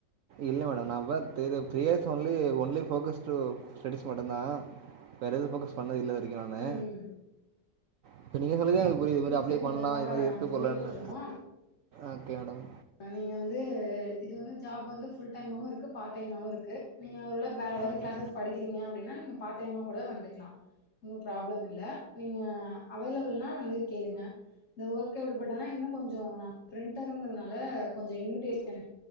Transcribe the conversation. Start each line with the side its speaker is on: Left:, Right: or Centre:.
Right: இல்லை மேடம் நான் three years only only focused studies மட்டுந்தா வேற எது போக்கஸ் பண்ணது இல்ல இதுவரைக்கு நான்னு
Left: ம் ம்
Right: இப்ப நீங்க சொல்லிதா எங்களுக்கு ஓ இதுமாரி
Left: ம்
Right: அப்பளை
Left: சரிங்க
Right: பண்லா
Left: சார் பரவால்ல
Right: இதுமாரி இருக்கு
Left: நாங்க சொல்லி
Right: போலனு
Left: குடுத்துருவோ
Right: ஓகே மேடம்
Left: நீங்க வந்து இது வந்து ஜாப் வந்து ஃபுல் டைமாவு இருக்கு பார்ட் டைமாவு இருக்கு நீங்க ஒரு வேளை வேறதாவது
Right: ஓகே
Left: கிளாசஸ் படிக்கிறீங்க அப்படின்னா நீங்க பார்ட் தைமா கூட வந்துக்கலா ஒன்னு ப்ராப்ளம் இல்ல நீங்க அவைலபிள்னா வந்து கேளுங்க இந்த ஒர்க் எப்படிப்பட்டதுனா இன்னு கொஞ்ச நான் பிரண்டர்ங்கிறதுனால கொஞ்ச இன்விடேஷன்